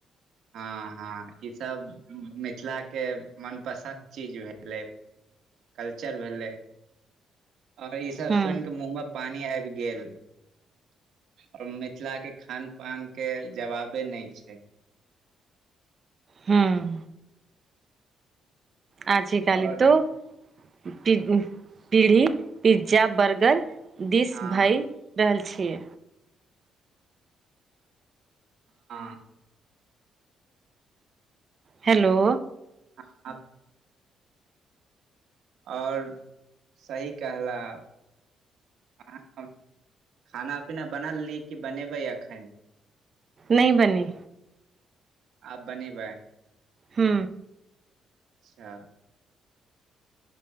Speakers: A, on the right; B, on the right.
A: हँ हँ ईसभ मिथिलाके मनपसन्द चीज भेलै कल्चर भेलै और ई सब
B: हँ
A: सुनि के मुॅंह मे पानी आबि गेल ओर मिथिला केऽ खान पान के जवाबे नहि छै
B: हूॅं आज काल
A: आओर
B: तऽ पीढ़ी पिज्जा बर्गर दिस
A: हँ
B: भै रहल छियै
A: हाँ
B: हेलो
A: ह आओर सही कहला अहाँ खाना पीना बनल रही कि बनेबै अखन
B: नहि बनी
A: आ बने बै
B: हू
A: अच्छा